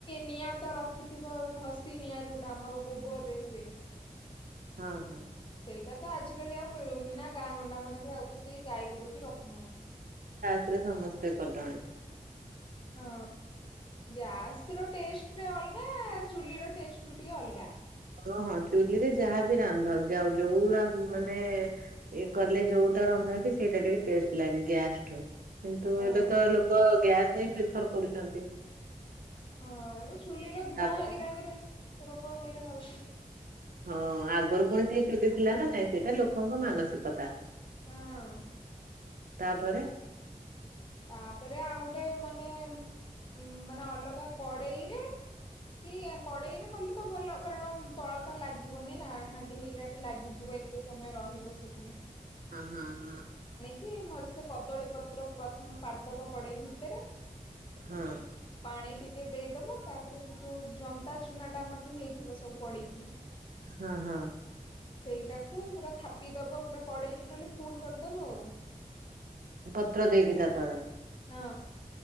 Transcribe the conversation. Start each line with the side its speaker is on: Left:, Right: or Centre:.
Left: ନିଆଁ ତ ରଖିଥିବ ଘସି ନିଆଁ ଯୋଉଟା ଆମର ଗୋବରରେ ହୁଏ।
Right: ହଁ ହଁ
Left: ସେଇଟା ତ ଆଜିକାଲି ଆଉ ମିଳୁନି ନା ଗାଁ ଗଣ୍ଡା ମାନଙ୍କରେ ଆଉ ତ କେହି ଗାଈ ଗୋରୁ ବି ରଖୁନାହାନ୍ତି।
Right: ଥିରେ ସମସ୍ତେ କଲେଣି।
Left: ହଁ ଗ୍ୟାସ ର ଟେଷ୍ଟ ଟ ଅଲଗା ଚୁଲି ର ଟେଷ୍ଟ ବି ଟିକେ ଅଲଗା
Right: ଓହଁ ଚୁଲିରେ ଯାହାବି ରାନ୍ଧ ଯାଉ ଯୋଉ ମାନେ ଇଏ କଲେ ଯୋଉଟା ରନ୍ଧା କି ସେଇଟା ଟିକେ ଟେଷ୍ଟ ଲାଗେ ଗ୍ୟାସଠୁ କିନ୍ତୁ
Left: ହଁ
Right: ଏବେ ତ ଲୋକ ଗ୍ୟାସ ହିଁ ପଥର କରୁଛନ୍ତି।
Left: ହଁ ଚୁଲି ର ଧୂଆଁ
Right: ତାପରେ
Left: ହେଇକି ଆଙ୍କରେ ରୋଗ ହେଇରା ହଉଛି।
Right: ହଁ ଆଗରୁ ପୁଣି ସେ ଚୁଟି ଥିଲା ନା ନାଇଁ ସେଇଟା ଲୋକଙ୍କ ମାନସିକତା
Left: ହଁ
Right: ତାପରେ
Left: ତାପରେ ଆଉ ଗୋଟେ ମାନେ ଉ ମାନେ ଅଲଗା କଡେଇରେ କି କଡେଇରେ କଲେ ତ ଭଲ କାରଣ ତଳ ଟା ଲାଗିବନି ନା ହାଣ୍ଡି ହେଇକି ଲାଗିଯିବ ଏତେ ସମୟ ରହିିବସ ପୁନ
Right: ହଁ ହଁ ହଁ।
Left: କିଏ ଭଲ ସେ କଦଳୀପତ୍ର। ପ୍ରଥମେ ପାରଦବ କଡେଇ ଭିତରେ
Right: ହଁ
Left: ପାଣି ଟିକେ ଦେଇଦବା। ତାପରେ ସେ ଯୋଉ ଜନତା ଚୁନା ଟା ଆମର ଯୋଉ ହେଇଥିବ ସବୁ ପଡିକି।
Right: ହଁ ହଁ
Left: ସେଇଟାକୁ ପୁରା ଥାପିଦବ ପୁରା କଡେଇ ଟୋଟାଲି ଫୁଲ କରିଦବ ଆଉ
Right: ପତ୍ର ଦେଇକି ତା ତଳେ
Left: ହଁ।